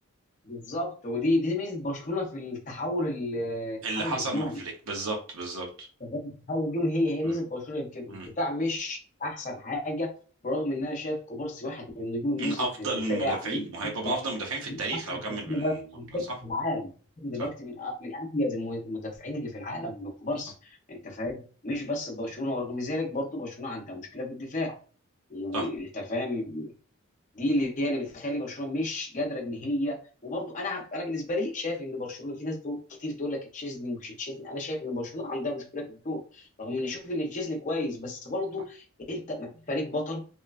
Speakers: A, on the left (about 35°); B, on the right (about 80°).
A: بالظبط ودي دي ميزه برشلونه في التحول ال- التحول
B: اللي حصل
A: الهجومي
B: مع فليك بالظبط بالظبط
A: تمام حاول الجون هي هي
B: مم.
A: ميزه برشلونه يمكن الدفاع
B: مم.
A: مش احسن حاجه برغم ان انا شايف كوبارسي واحد من نجوم الموسم
B: من افضل
A: في الدفاع
B: المدافعين
A: <laughs> ممكن
B: وهيبقى
A: يبقى
B: من افضل المدافعين في التاريخ
A: أحسن
B: لو كمل
A: تسليم
B: بالنظام
A: بس على
B: ده
A: فكرة
B: صح
A: في العالم دلوقتي
B: صح
A: من أ- من اميز الم- المدافعين اللي في العالم من كوبارسي
B: صح
A: انت فاهم مش بس برشلونه ورغم ذلك برضه برشلونه عندها مشكله في الدفاع وانت
B: صح
A: فاهم دي اللي هي اللي بتخلي برشلونه مش قادره ان هي وبرضه انا انا بالنسبه لي شايف ان برشلونه في ناس تقول كتير تقول لك تشيزني مش تشيزني انا شايف ان برشلونه عندها مشكله في الجون رغم ان اشوف ان تشيزني كويس بس برضه
B: صح
A: انت ما فيش فريق بطل